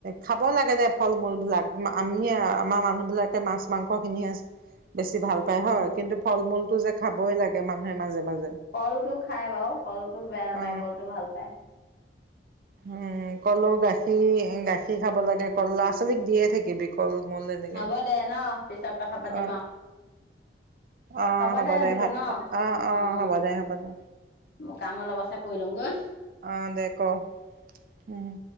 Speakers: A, on the right (about 50°); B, on the left (about 55°).
A: খাব লাগে দে ফল-মূল বিলাক। আমিয়ে আমাৰ মানুহ বিলাক মাছ-মাংস কিনি আছে। বেছি ভাল পায়
B: উম
A: হয়, কিন্তু ফল- মূল। ইটো যে খাবই লাগে মানুহে মাজে-মাজে।
B: কলটো খা খাই বাৰু কলটো বেয়া নাপায়,
A: অ
B: কলটো ভাল পায়।
A: উম কলো, গাখীৰ-গাখীৰ। পি খাব লাগে,
B: উম
A: কল ল'ৰা- ছোৱালীক দি থাকিবি। কল। মূল এনেকে
B: হ'ব দে ন, পিছত কথা পাতিম
A: অ
B: অহ
A: অ
B: হ'ব দে বিলু
A: ভাত
B: ন,
A: অ
B: অ-অ,
A: অ হ'ব দে হ'ব দে
B: মোৰ কাম অলপ আছে কৰি লও গৈ
A: অহ দে ক' উম।